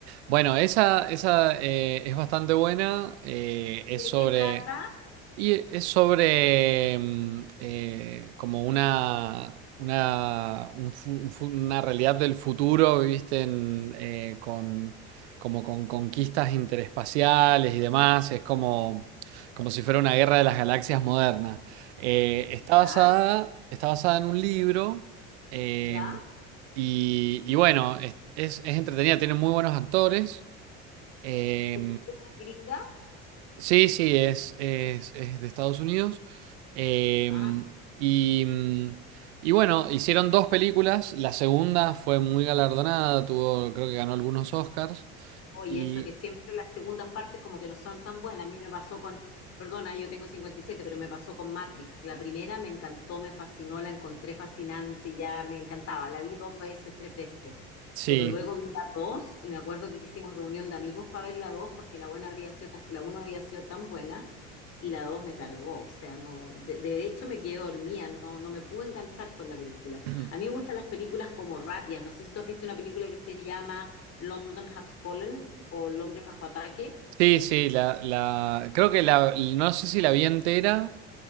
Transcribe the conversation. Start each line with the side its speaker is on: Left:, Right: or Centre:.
Right: Bueno, esa, esa eh, es bastante buena. eh, es
Left: ¿De
Right: sobre
Left: qué trata?
Right: Y es sobre mm, eh, como una, una, un fu- un fu- una realidad del futuro, ¿viste? En, eh, con, como con conquistas interespaciales y demás. Es como, como si fuera una guerra de las galaxias moderna. Eh, está
Left: Ya,
Right: basada, está basada en un libro eh,
Left: ya.
Right: y, y bueno, es, es, es entretenida, tiene muy buenos actores. eh,
Left: ¿De qué trata, gringa?
Right: Sí, sí, es, es, es de Estados Unidos. Eh,
Left: Ajá.
Right: y, mm, y bueno, hicieron dos películas. La segunda fue muy galardonada, tuvo, creo que ganó algunos Oscars.
Left: Oye,
Right: Y
Left: eso que siempre las segundas partes como que no son tan buenas. A mí me pasó con, perdona, yo tengo cincuenta y siete pero me pasó con Matrix. La primera me encantó, me fascinó, la encontré fascinante, ya me encantaba. La vi dos veces, tres veces.
Right: sí,
Left: Pero luego vi la dos y me acuerdo que hicimos reunión de amigos para ver la dos porque la buena había sido tan- la uno había sido tan buena y la dos me cargó. O sea, no, de, de hecho me quedé dormida, no, no me pude enganchar con la película.
Right: <clears throat>
Left: A mí me gustan las películas como rápidas. No sé si tú has visto una película que se llama... London Has Fallen, o Londres bajo ataque,
Right: sí, sí, la, la, creo que la, no sé si la vi entera,